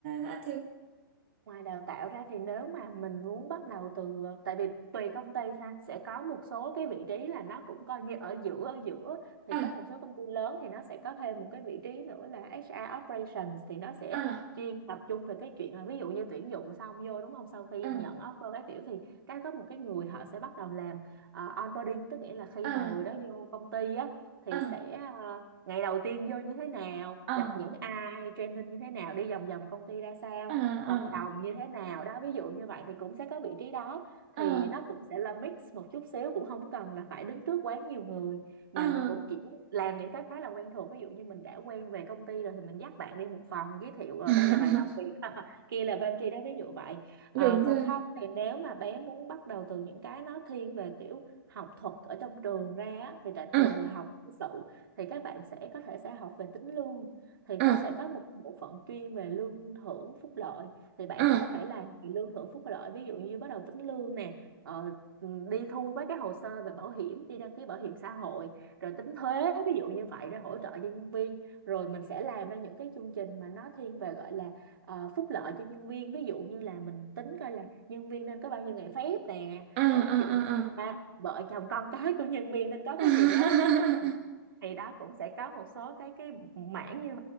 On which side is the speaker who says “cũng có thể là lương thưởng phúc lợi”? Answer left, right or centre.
Right